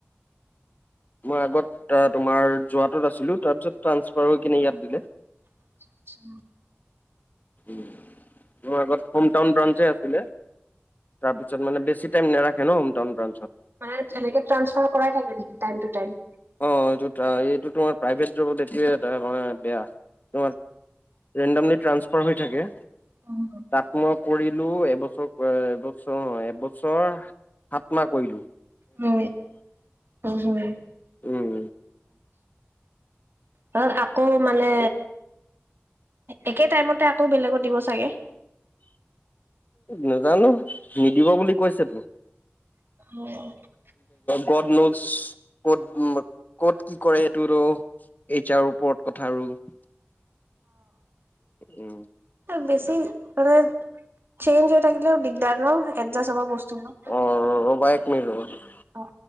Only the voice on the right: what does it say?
অ আচ্ছা।
মানে এনেকে ট্ৰানসফাৰ কৰাই থাকে নেকি টাইম টু টাইম।
উম
হয় অ' হয়
ধ আকৌ মানে একে টাইমতে আকৌ বেলেগত দিব চাগে।
অ'।
অ' বেছি মানে চেইঞ্জ হৈ থাকিলেও দিগদাৰ ন, এডজাষ্ট হব বস্তুবোৰ।
অ'।